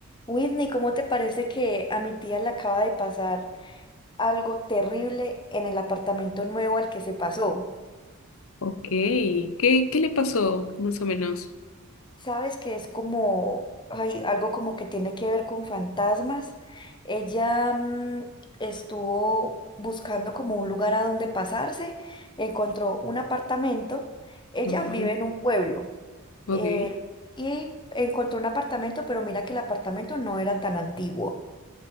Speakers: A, on the left; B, on the left.
A: Whitney, ¿cómo te parece que a mi tía le acaba de pasar algo terrible en el apartamento nuevo al que se pasó?
B: Ok, ¿qué, qué le pasó más o menos?
A: Sabes que es como, ay, algo como que tiene que ver con fantasmas. Ella mm, estuvo buscando como un lugar a donde pasarse, encontró un apartamento. Ella
B: Ok,
A: vive en un pueblo
B: ok,
A: eh, y encontró un apartamento, pero mira que el apartamento no era tan antiguo,